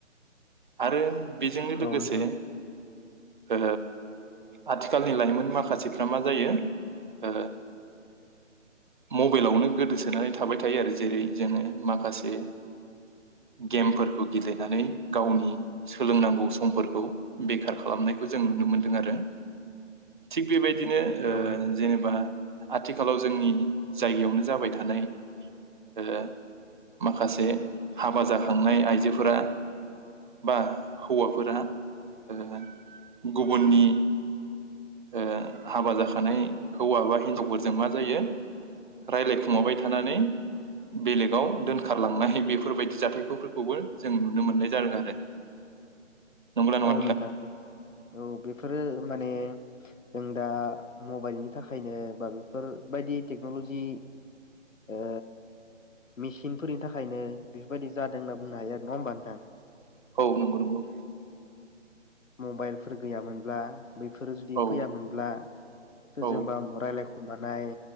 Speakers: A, on the right; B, on the left.
A: आरो बेजोंनो लोगोसे
B: औ नोंथां
A: ओ आथिखालनि लाइमोन मा माखासेफ्रा मा जायो। ओ मबाइलावनो गोदोसो सोनानै थाबाय थायो आरो जेरै जोङो माखासे गेमफोरखौ गेलेनानै गावनि सोलोंनांगौ समफोरखौ बेखार खालामनायखौ जों नुनो मोनदों आरो थिग बेबायदिनो ओ
B: औ नोंथां
A: जेनेबा आथिखालाव जोंनि जायगायावनो जाबाय था नाय ओ माखासे हाबा जाखांनाय आइजोफोरा बा हौवाफोरा ओ गुबुननि ओ हाबा जाखानाय हौवा बा हिनजावफोरजों मा जायो। रायलाय खु माबाय थानानै बेलेगाव दोनखारलांनाय। बेफोरबायदि जाथायफोरखौबो जों नुनो मोननाय जादों आरो नंगौना
B: औ
A: नङा
B: नोंथां औ बेफोरो माने जों दा मबाइलनि थाखायनो बा बेफोरबायदि टेक्न'लजि ओ मेसिनफोरनि थाखायनो बेफोरबायदि जादों होनना बुंनो हायो आरो नङा होमबा नोंथां।
A: औ नोंगौ नोंगौ।
B: मबाइलफोर गैयामोनब्ला बैफोरो जुदि
A: औ
B: फैयामोनब्ला सोरजोंबा
A: औ
B: रायज्लायखु मानाय